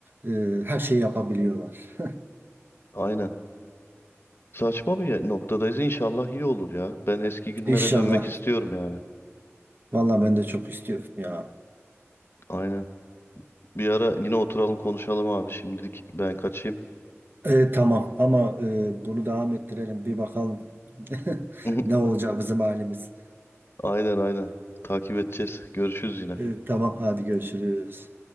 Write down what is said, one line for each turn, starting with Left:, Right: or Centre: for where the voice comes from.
Right: e, her şeyi yapabiliyorlar.
Left: Aynen. Saçma bir ye- noktadayız. İnşallah iyi olur ya. Ben eski günlere
Right: İnşallah.
Left: dönmek istiyorum yani.
Right: Vallahi ben de çok istiyorum ya.
Left: Aynen. Bir ara yine oturalım konuşalım abi. Şimdilik ben kaçayım.
Right: E, tamam ama e, bunu devam ettirelim. Bir bakalım <laughs>
Left: <laughs>
Right: ne olacak bizim halimiz.
Left: Aynen aynen. Takip edeceğiz. Görüşürüz yine.
Right: Ee, tamam hadi görüşürüz.